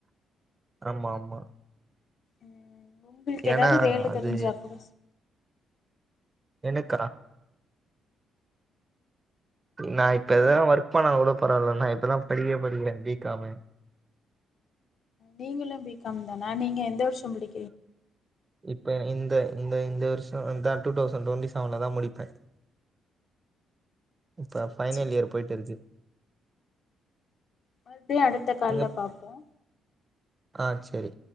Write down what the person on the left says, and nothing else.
ம் உங்களுக்கு
ஏதாவது வேல
தெரிஞ்சா கூட
நீங்களு பி கம் தானா நீங்க எந்த வர்ஷோ முடி
சேரி
மறுடியு அடுத்த கால்ல
பாப்போ